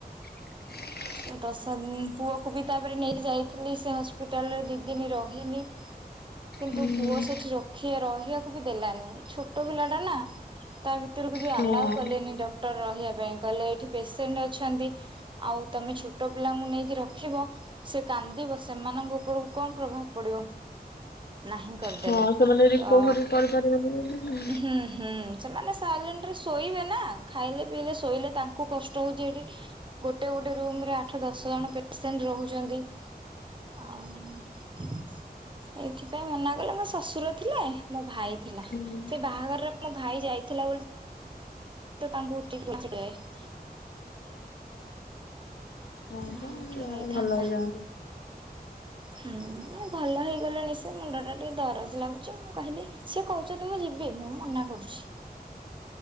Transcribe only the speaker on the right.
ସେ ଦଶ ଦିନି ପୁଅକୁ ବି ତାପରେ ନେଇକି ଯାଇଥିଲି ସେ ହସ୍ପିଟାଲରେ ଦି ଦିନି ରହିଲି।
କିନ୍ତୁ
ପୁଅ ସେଠି ରଖିବା ରହିବାକୁ ବି ଦେଲାନି। ଛୋଟ ପିଲାଟା ନା। ତା ଭିତରୁକୁ ବି
ଆଲାଉ କଲେନି ଡକ୍ଟର ରହିବା ପାଇଁ। କହିଲେ ଏଠି ପେସେଣ୍ଟ ଅଛନ୍ତି। ଆଉ ତମେ ଛୋଟ ପିଲାଙ୍କୁ ନେଇକି ରଖିବ। ସେ କାନ୍ଦିବ ସେମାନଙ୍କ ଉପରକୁ କଣ ପ୍ରଭାବ ପଡିବ, ନାହିଁ। କରିଦେଲେ,
ତ
ହୁଁ ହୁଁ। ସେମାନେ ସାଇଲେଣ୍ଟରେ ଶୋଇବେ ନା। ଖାଇଲେ, ପିଇଲେ, ଶୋଇଲେ ତାଙ୍କୁ କଷ୍ଟ ଷ୍ଟ ହଉଛି ଏଠି। ଗୋଟେ ଗୋଟେ ରୁମରେ ଆଠ, ଦଶ ଜଣ ପେସେଣ୍ଟ ରହୁଛନ୍ତି। ଆଉଁ ଏଇଥିପାଇଁ ମନା କଲେ, ମୋ ଶ୍ୱଶୁର ଥିଲେ। ମୋ ଭାଇ ଥିଲା।
ସେ ବାହାଘରରେ ମୋ ଭାଇ ଯାଇଥିଲା ବୋଲି ତ ତାଙ୍କୁ ଉଠିକି <unintelligible>
ହୁଁ,
କିଏ ନେଇଥାଆନ୍ତା?
ହୁଁ ଉଁ ଭଲ ହେଇଗଲେଣି ସେ। ମୁଣ୍ଡ ଟା ଟିକେ ଦରଜ ଲାଗୁଚି। ମୁଁ କହିଲି, ସେ କହୁଛନ୍ତି ମୁଁ ଯିବି, ମୁଁ ମନା କରୁଛି।